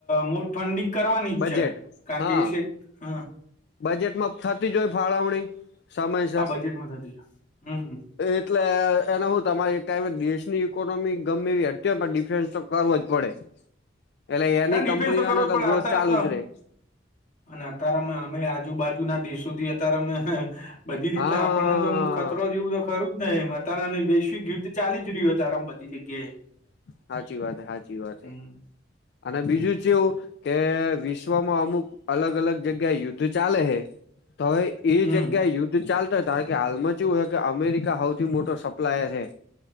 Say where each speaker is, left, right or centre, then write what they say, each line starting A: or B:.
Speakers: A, on the left (about 40°); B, on the left (about 60°).
A: મૂળ ફંડિંગ કરવાની ઈચ્
B: બજેટ
A: છે કારણ
B: હા
A: કે એ છે હ
B: બજેટમાં થતી જ હોય ફાળવણી સમયસર
A: હા બજેટમાં થતી છે હમ
B: એટલે એને હું તમારે એક ટાઈમે દેશની ઇકોનોમી ગમે એવી હતી પણ ડિફેન્સ તો કરવો જ પડે એટલે એની
A: આ ડિફેન્સ
B: કંપનીઓને
A: કરવો જ
B: તો
A: પડે
B: ગ્રોથ
A: અતારમ
B: ચાલુ
A: તો
B: જ રે
A: અને અત્યારે અમે અમે આજુબાજુના દેશોથી અત્યારે અમે બધી રીતના
B: હા
A: આપણને તો મળ ખતરો જેવું તો ખરું જ ને એમ અ તારે અને વૈશ્વિક ગીુધ ચાલી જ રહ્યું છે તારે આમ બધી જગ્યાએ
B: સાચી વાત સાચી વાત
A: હમ
B: હ અને બીજું જેવું કે વિશ્વમાં અમુક અલગ અલગ જગ્યા યુદ્ધ ચાલે છે તો હવે એ
A: હમ
B: જગ્યાએ યુદ્ધ ચાલતો કારણ કે હાલમાં કેવું હોય કે અમેરિકા સૌથી મોટો સપ્લાયર છે